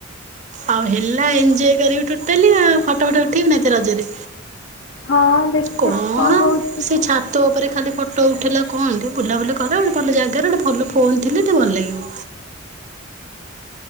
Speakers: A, on the right (about 35°); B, on the left (about 70°).
A: ଆଉ ହେଲା ଏନଜୟ କରିବି ଟୋଟାଲି ଆଉ ଫଟୋ ଫଟୋ ଉଠେଇବୁ ନା ଏଥ ରଜରେ?
B: ହଁ ଦେଖିବା
A: କଣ
B: ହଉଛି
A: ସେ ଛାତ ଉ ପରେ ଖାଲି ଫଟୋ ଉଠିଲା କୁହନ୍ତି, ବୁଲାବୁଲି କଲେ ଗୋଟେ ଭଲ ଜାଗାରେ ଗୋଟେ ଭଲ ଫୋନ୍ ଥିଲେ ଟିକେ ଭଲ ଲାଗିବ।